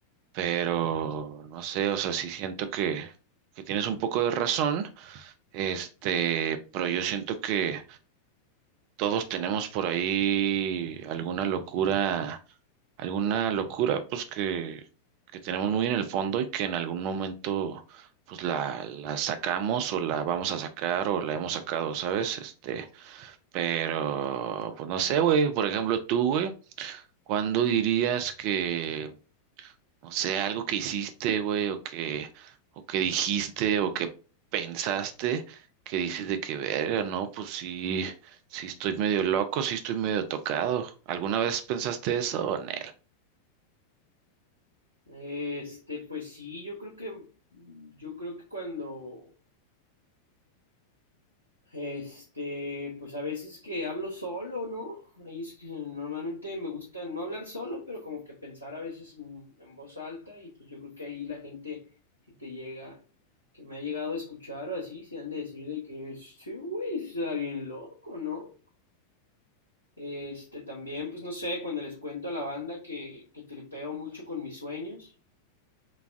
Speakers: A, on the right; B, on the left.
A: pero no sé, o sea, sí siento que, que tienes un poco de razón, este, pero yo siento que todos tenemos por ahí alguna locura alguna locura pues que, que tenemos muy en el fondo y que en algún momento pues la, la sacamos o la vamos a sacar o la hemos sacado, ¿sabes? Este, pero pues no sé, güey, por ejemplo, tú, güey, ¿cuándo dirías que, o sea, algo que hiciste, güey, o que, o que dijiste o que pensaste que dices de que verga, ¿no? Pues sí. Sí estoy medio loco, sí estoy medio tocado. ¿Alguna vez pensaste eso o no?
B: este, pues sí, yo creo que, yo creo que cuando, Este, pues a veces que hablo solo, ¿no? Ahí es que normalmente me gusta no hablar solo, pero como que pensar a veces mm, en voz alta y pues yo creo que ahí la gente, si te llega, que me ha llegado a escuchar o así, se han de decir de que sí, güey, sí está bien loco, ¿no? Este, también, pues no sé, cuando les cuento a la banda que, que tripeo mucho con mis sueños,